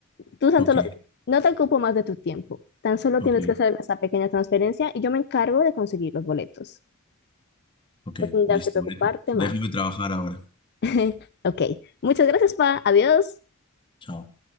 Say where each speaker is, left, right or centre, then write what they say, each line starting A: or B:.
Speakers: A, on the left; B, on the left.
A: Tú tan
B: Ok,
A: solo, no te ocupo más de tu tiempo. Tan solo
B: ok,
A: tienes que hacer esta pequeña transferencia y yo me encargo de conseguir los boletos.
B: ok,
A: No tendrás
B: listo.
A: que preocuparte
B: Déjame
A: más.
B: trabajar ahora.
A: <laughs> Ok, muchas gracias, Pa. Adiós.
B: Chao.